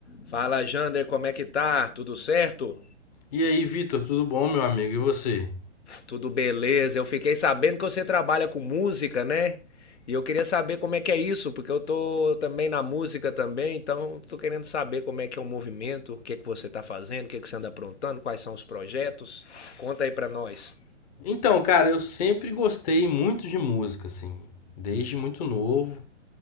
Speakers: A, on the left; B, on the left.
A: Fala, Jander, como é que tá? Tudo certo?
B: E aí, Vitor, tudo bom, meu amigo? E você?
A: Tudo beleza. Eu fiquei sabendo que você trabalha com música, né? E eu queria saber como é que é isso, porque eu tô também na música também, então tô querendo saber como é que é o movimento, o que que você tá fazendo, o que que você anda aprontando, quais são os projetos. Conta aí pra nós.
B: Então, cara, eu sempre gostei muito de música, assim, desde muito novo.